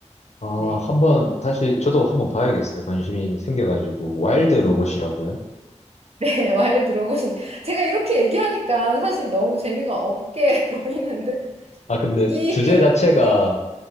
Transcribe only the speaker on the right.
네.
네, 와일드 로봇인 제가 이렇게 얘기하니까 사실 너무 재미가 없게 <laughs> 보이는데
이,
이-